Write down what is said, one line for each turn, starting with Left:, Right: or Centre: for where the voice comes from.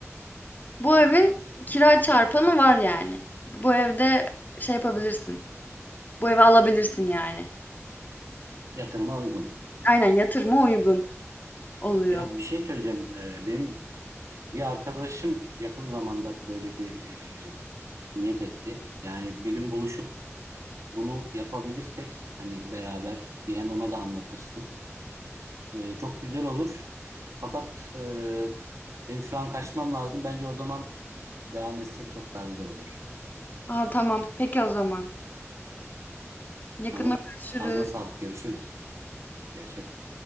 Left: Bu evin kira çarpanı var yani. Bu evde şey yapabilirsin. Bu evi alabilirsin yani.
Right: Yatırıma uygun.
Left: Aynen yatırıma uygun oluyor.
Right: Ya bir şey söyleyeceğim. E, benim bir arkadaşım yakın zamanda böyle bir e, niyet etti. Yani bir gün buluşup bunu yapabilirsek hani beraber bir hem ona da anlatırsın. E, çok güzel olur. Fakat e, benim şu an kaçmam lazım. Bence o zaman devam etsek çok daha güzel olur.
Left: Aa tamam. Peki o zaman. Yakında
Right: Tamam.
Left: görüşürüz.
Right: Ağzına sağlık. Görüşürüz. Görüşürüz.